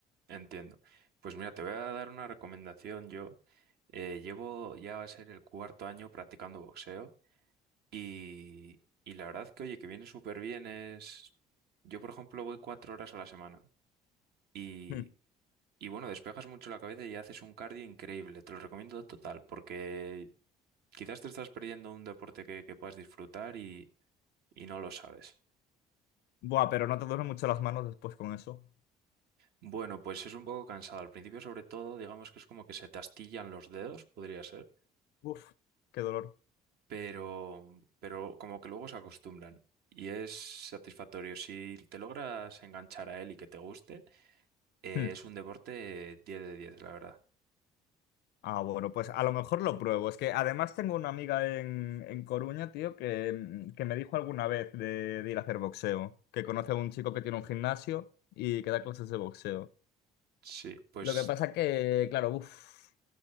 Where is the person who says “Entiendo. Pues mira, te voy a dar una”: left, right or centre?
Right